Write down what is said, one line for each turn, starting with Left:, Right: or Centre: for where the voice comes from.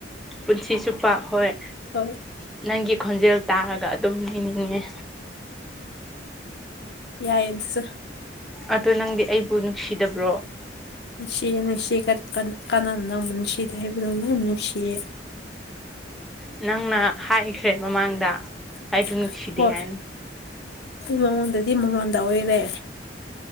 Centre: ꯄꯨꯟꯁꯤ ꯆꯨꯞꯄ ꯍꯣꯏ
Left: ꯍꯣꯏ
Centre: ꯅꯪꯒꯤ ꯈꯣꯟꯖꯦꯜ ꯇꯥꯔꯒ ꯑꯗꯨꯝ ꯂꯩꯅꯤꯡꯉꯦ
Left: ꯌꯥꯏꯌꯦ ꯑꯗꯨꯁꯨ
Centre: ꯑꯗꯣ ꯅꯪꯗꯤ ꯑꯩꯕꯨ ꯅꯨꯡꯁꯤꯗꯕ꯭ꯔꯣ
Left: ꯅꯨꯡꯁꯤꯌꯦ ꯅꯨꯡꯁꯤ ꯀꯥꯟꯅꯅ ꯅꯪꯕ ꯅꯨꯡꯁꯤꯗꯦ ꯍꯥꯏꯕꯅꯣ ꯌꯥꯝ ꯅꯨꯡꯁꯤꯌꯦ
Centre: ꯅꯪꯅ ꯍꯥꯏꯈ꯭ꯔꯦ ꯃꯃꯥꯡꯗ
Left: <unintelligible>
Centre: ꯑꯩꯕꯨ ꯅꯨꯡꯁꯤꯗꯦ
Left: ꯍꯣꯏ
Centre: ꯍꯥꯏꯅ
Left: ꯃꯉꯣꯟꯗꯗꯤ ꯃꯃꯥꯡꯗ ꯑꯣꯏꯔꯦ